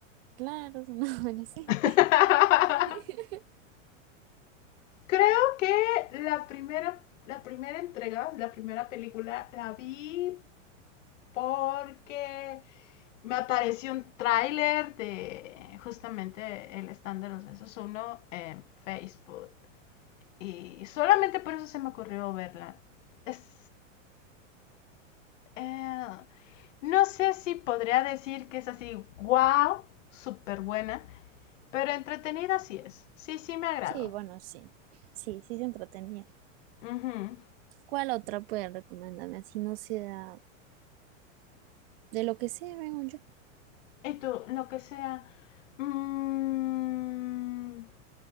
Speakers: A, on the right (about 45°); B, on the left (about 70°).
A: Claro, es un adolescente.
B: <laughs>
A: <laughs>
B: Creo que la primera, la primera entrega, la primera película, la vi porque me apareció un tráiler de justamente el stand de los besos uno en Facebook. Y solamente por eso se me ocurrió verla. Es, eh, no sé si podría decir que es así, wow, súper buena, pero entretenida sí es. Sí, sí me agradó.
A: Sí, bueno, sí. Sí, sí se entretenía.
B: Ujú.
A: ¿Cuál otra puede recomendarme? Así no sea de lo que sea, veo yo.
B: Y tú, lo que sea. mm,